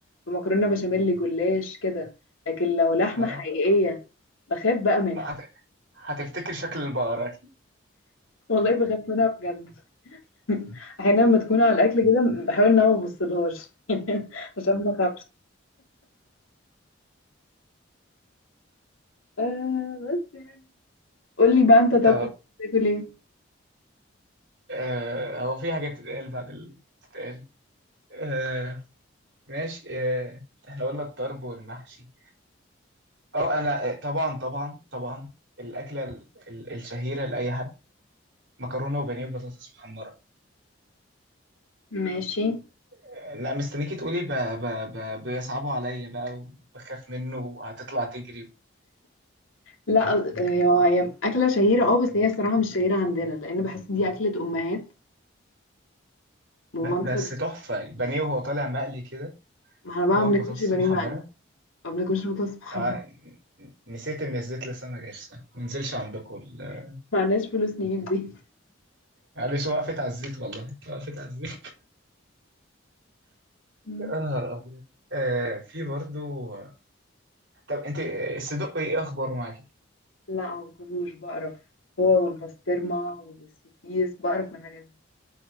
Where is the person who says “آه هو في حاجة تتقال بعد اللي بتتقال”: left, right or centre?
Right